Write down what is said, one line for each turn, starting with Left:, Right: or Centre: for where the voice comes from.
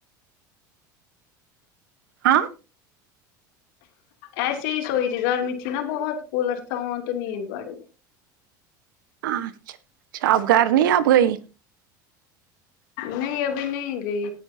Right: ہاں
Left: ایسے ہی سوئی ت گرمی تھی نا بہت پلر تھاں تو نیند بڑ گئی
Right: اچھا اچھا اب گھر نہیں اب گئی
Left: نہیں ابھی نہیں گئی